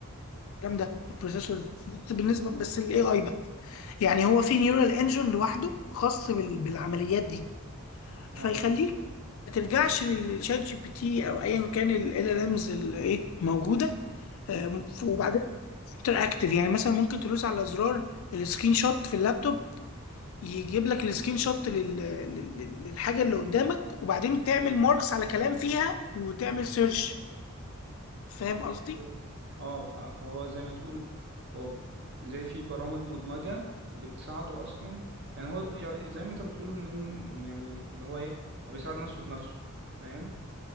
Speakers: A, on the left; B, on the right.
A: جامده البروسيسور بس بالنسبه بس الاي اي بقى يعني هو في نيورال انجن لوحده خاص بال- بالعمليات دي
B: اه
A: فيخليك ما ترجعش للشات جي بي تي او ايا كان ال ال امز اللي ايه موجوده آم، ف- وبعدين اكتر اكتف يعني مثلا ممكن تدوس على زرار السكرين شوت في اللابتوب يجيب لك السكرين شوت لل... لل- لل- للحاجه اللي قدامك وبعدين تعمل ماركس على كلام فيها وتعمل سيرش فاهم
B: اوكي
A: قصدي
B: اه ف- فهو زي ما تقول هو زي في برامج مدمجة بتساعده اصلا يعني هو يع- زي ما انت بتقول من يعني اللي هو ايه هو بيساعد نفسه بنفسه فاهم